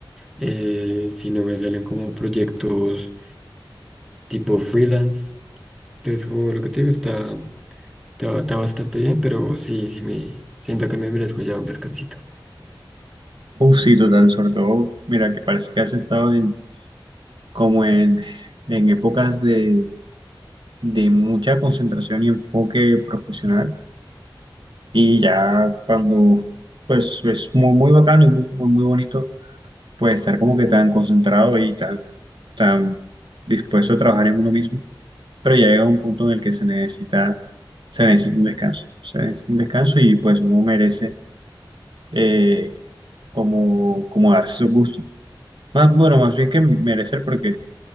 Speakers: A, in the centre; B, on the right (about 65°).
A: eh, si no me salen como proyectos tipo freelance. Entonces como lo que te digo está... Está, está bastante bien, pero sí, sí me siento que me merezco ya un descansito.
B: Uf, sí, total, sobre todo, mira, que parece que has estado en, como en, en épocas de, de mucha concentración y enfoque profesional. Y ya cuando, pues, es muy, muy bacano y muy, muy, muy bonito pues estar como que tan concentrado y tan, tan dispuesto a trabajar en uno mismo, pero ya llega un punto en el que se necesita, se necesita un descanso, se necesita un descanso y pues uno merece eh, como, como darse sus gustos. Más, bueno, más bien que merecer porque